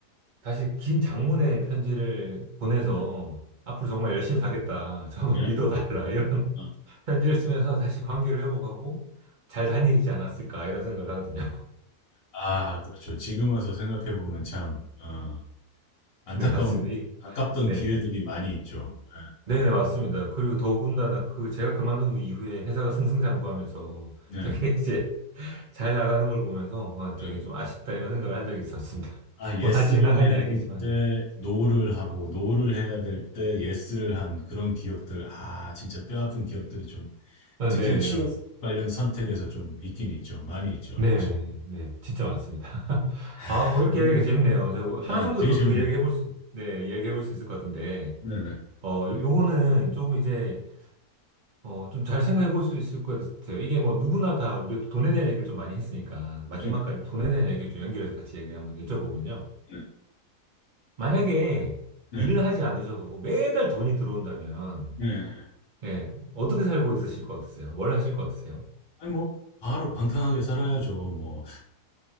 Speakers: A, on the right; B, on the left.
A: 다시 긴 장문의 편지를 보내서
B: 네,
A: 앞으로 정말 열심히 하겠다. <laughs> 저 한번
B: 네,
A: 믿어달라. 이런
B: 네.
A: 편지를 쓰면서 다시 관계를 회복하고 잘 다니지 않았을까 이런 생각을 하거든요. <laughs>
B: 아 그렇죠. 지금 와서 생각해 보면 참 어, 안타까운
A: 네, 맞습니다. 이-
B: 아깝던
A: 네.
B: 기회들이 많이 있죠. 네.
A: 네네, 맞습니다. 그리고 더군다나 그 제가 그만둔 이후에 회사가 승승장구하면서
B: 네.
A: 되게 <laughs> 이제 잘 나가는 걸 보면서 어, 되게
B: 음.
A: 좀 아쉽다 이런 생각을 한 적이 있었습니다. <laughs>
B: 아, 예스를
A: 뭐 다 지나간
B: 해야
A: 이야기지만.
B: 될 때 노를 하고 노를 해야 될 때 예스를 한 그런 기억들. 아, 진짜 뼈아픈 기억들이 좀
A: 어,
B: 특히나
A: 네네네,
B: 취업
A: 맞습니다.
B: 관련 선택에서 좀 있긴 있죠. 많이 있죠,
A: 네네네,
B: 사실.
A: 네, 네, 진짜 많습니다. <laughs>
B: 아,
A: 아, 뭐 이렇게
B: 예.
A: 이야기하기 재밌네요. 제가 하나
B: 네,
A: 정도
B: 되게
A: 더,
B: 재밌네요.
A: 더 이야기해볼 수, 네, 이야기해볼 수 있을 것 같은데.
B: 네네.
A: 어, 요- 요거는 조금 이제 어, 좀 잘 생각해 볼 수 있을 것 같아요. 이게 뭐 누구나 다 우리가 돈에 대한 얘기를 좀 많이 했으니까 마지막까지
B: 네네.
A: 돈에 대한 얘기를 좀 연결해서 같이 얘기를 한번 여쭤보면요.
B: 네.
A: 만약에
B: 네.
A: 일을
B: 네.
A: 하지 않으셔도 매달 돈이 들어온다면,
B: 네. 네.
A: 예, 어떻게 살고 있으실 것 같으세요? 뭘 하실 것 같으세요?
B: 아니, 뭐, 바로 방탕하게 살아야죠. 뭐,